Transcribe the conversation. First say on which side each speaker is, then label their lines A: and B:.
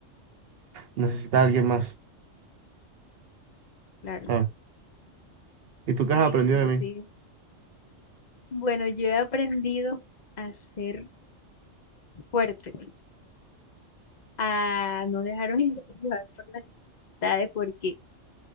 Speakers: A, on the right; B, on the left.
A: necesita a alguien más,
B: claro.
A: ¿sabes? ¿Y tú
B: Sí,
A: qué has aprendido
B: sí,
A: de mí?
B: sí. Bueno, yo he aprendido a ser fuerte, a no dejarme <laughs> llevar por las dificultades, porque,